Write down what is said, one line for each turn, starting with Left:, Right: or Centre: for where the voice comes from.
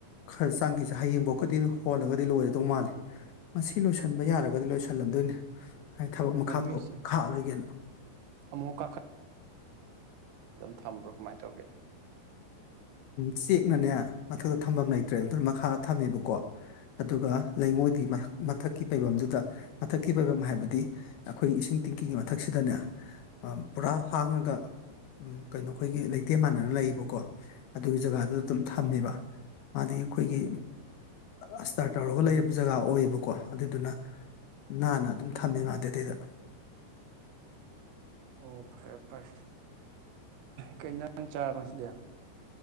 Left: ꯈꯔ ꯆꯪꯉꯤꯁꯦ ꯍꯌꯦꯡꯐꯥꯎꯈꯗꯤ ꯍꯣꯜꯂꯗꯤ ꯂꯣꯏꯔꯗꯧ ꯃꯥꯜꯂꯦ ꯃꯁꯤ ꯂꯣꯏꯁꯤꯟꯕ ꯌꯥꯔꯒꯗꯤ ꯂꯣꯏꯁꯤꯜꯂꯝꯗꯣꯏꯅꯤ ꯍꯥꯏ ꯊꯕꯛ ꯃꯈꯥꯇꯣ
Right: ꯑꯣ ꯅꯣꯏꯁꯦ
Left: ꯈꯥꯛꯑꯔꯣꯏꯒꯦꯅ
Right: ꯑꯃꯨꯛ ꯊꯝꯃ꯭ꯔꯣ ꯀꯃꯥꯏꯅ ꯇꯧꯒꯦ
Left: ꯆꯦꯛꯅꯅꯦ ꯃꯊꯛꯇ ꯊꯝꯐꯝ ꯂꯩꯇ꯭ꯔꯦ ꯑꯗꯨꯅ ꯃꯈꯥꯗ ꯊꯝꯃꯦꯕꯀꯣ ꯑꯗꯨꯒ ꯂꯩꯉꯣꯏꯗꯤ ꯃꯊꯛꯀꯤ ꯄꯩꯐꯝꯗꯨꯗ ꯃꯊꯛꯀꯤ ꯄꯩꯐꯝ ꯍꯥꯏꯕꯗꯤ ꯑꯩꯈꯣꯏ ꯏꯁꯤꯡ ꯇꯤꯡꯀꯤꯒꯤ ꯃꯊꯛꯁꯤꯗꯅꯦ ꯄꯨꯔꯥ ꯍꯥꯡꯉꯒ ꯀꯩꯅꯣ ꯑꯩꯈꯣꯏꯒꯤ ꯂꯩꯇꯦ ꯃꯥꯟꯅꯅ ꯂꯩꯌꯦꯕꯀꯣ ꯑꯗꯨꯒꯤ ꯖꯒꯥꯗꯨꯗ ꯑꯗꯨꯝ ꯊꯝꯃꯦꯕ ꯃꯥꯗꯤ ꯑꯩꯈꯣꯏꯒꯤ ꯑꯁꯇꯥꯔ ꯇꯧꯔꯒ ꯂꯩꯔꯤꯕꯔꯕ ꯖꯒꯥ ꯑꯣꯏꯌꯦꯕꯀꯣ ꯑꯗꯨꯗꯨꯅ ꯅꯥꯟꯅ ꯑꯗꯨꯝ ꯊꯝꯃꯦ ꯃꯥꯗꯤ ꯑꯗꯨꯗꯩꯗ
Right: ꯑꯣ ꯐꯔꯦ ꯐꯔꯦ ꯀꯩ ꯅꯪ ꯆꯥꯃꯁꯤꯗꯤ